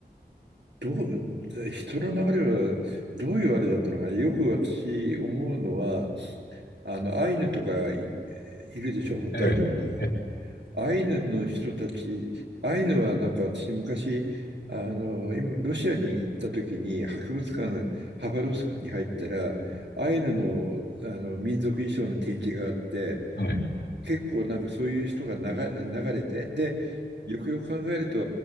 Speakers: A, on the right; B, on the left.
A: どう、人の流れはどういうあれだったのかな。よく私思うのは、あの、アイヌとかい、いるでしょ、
B: ええ、
A: 北海道に。
B: え
A: アイヌの人たち、アイヌはなんか私昔、あの、今ロシアに行った時に、博物館、ハバロフスクに入ったら、
B: え、
A: アイヌの、あの民族衣装の展示があって、
B: はい、
A: 結構なんかそういう人が流、流れて、で、よくよく考えると